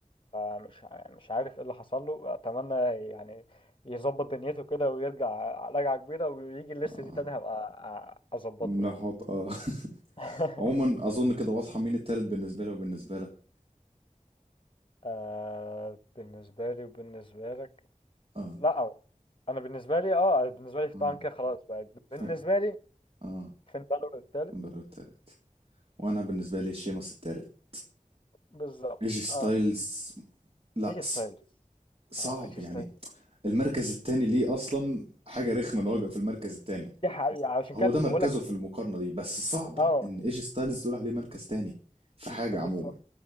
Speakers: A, on the left (about 40°); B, on the right (about 45°).
A: فمش يعني مش عارف ايه اللي حصل له اتمنى يعني يظبط دنيته كده ويرجع رجعه كبيره ويجي الليسته
B: اه
A: دي تاني هبقى أ- اظبطه
B: نحط
A: يعني
B: اه <laughs>
A: <laughs>
B: عموما أظن كده واضحة مين التالت بالنسبة لي وبالنسبة لك
A: آه بالنسبة لي وبالنسبة لك
B: اه
A: لا أو. أنا بالنسبة لي اه بالنسبة لي
B: اه
A: طبعا كده خلاص بقى بالنسبة
B: ف-
A: لي
B: اه
A: فين بالور التالت
B: كامبر التالت وانا بالنسبه لي شيمس التالت
A: بالظبط
B: ايجي ستايلز
A: اه
B: لا
A: هي
B: ص-
A: ستايلز
B: صعب
A: اه ايش
B: يعني
A: ستايلز
B: المركز التاني ليه اصلا حاجه رخمه ان هو يبقى في المركز التاني
A: دي حقيقة عشان
B: هو
A: كده كنت
B: ده مركزه
A: بقول لك
B: في المقارنه دي بس صعبه
A: اه
B: ان ايجي ستايلز تقول عليه مركز تاني في حاجه
A: بالظبط
B: عموما